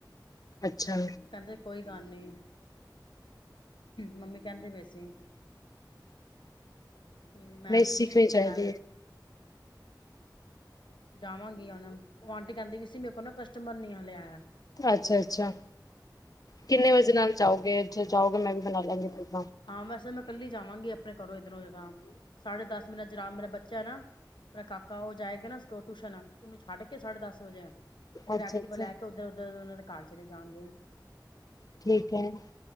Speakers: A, on the left; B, on the left.
A: ਅੱਛਾ
B: ਕਹਿੰਦੇ ਕੋਈ ਗੱਲ ਨੀ ਮੰਮੀ ਕਹਿੰਦੇ ਪਏ ਸੀ। ਤੇ ਮੈਂ
A: ਨਹੀਂ ਸਿੱਖਣੀ
B: ਸਲਾਈ
A: ਚਾਹੀਦੀ
B: ਜਾਵਾਂਗੀ ਉਹਨਾਂ ਔ ਆਂਟੀ ਕਹਿੰਦੀ ਵੀ ਸੀ ਮੇਰੇ ਕੋਲ ਨਾ ਕਸਟਮਰ ਨੀ ਹਲੇ ਆਯਾ
A: ਅੱਛਾਅੱਛਾ ਕਿੰਨੇ ਵਜੇ ਨਾਲ ਜਾਓਗੇ ਜਦੋ ਜਾਓਗੇ ਮੈਂ ਵੀ ਬਣਾ ਲਾਂਗੀ ਅਪਣਾ
B: ਹਾਂ ਬਸ ਮੈਂ ਕੱਲੀ ਜਾਵਾਂਗੀ ਆਪਣੇ ਘਰੋਂ ਇੱਧਰੋਂ ਤਾਂ ਸਾਢੇ ਦਸ ਮੇਰਾ ਜੁਰਾਮ ਮੇਰਾ ਬੱਚਾ ਹੈ ਨਾ ਮੇਰਾ ਕਾਕਾ ਕਾ ਉਹ ਜਾਏਗਾ ਨਾ ਸਕੋ ਟਿਊਸ਼ਨ ਉਹਨੂੰ ਛੱਡ ਕੇ ਸਾਢੇ ਦਸ ਵਜੇ ਫੇਰ
A: ਅੱਛਾ
B: ਐਕਟਿਵਾ
A: ਅੱਛਾ
B: ਤੋਂ ਲੈ ਕੇ ਉੱਧਰ-ਉੱਧਰ ਉਨ੍ਹਾ ਘਰ ਚਲੇ ਜਾਂਗੇ।
A: ਠੀਕ ਹੈ।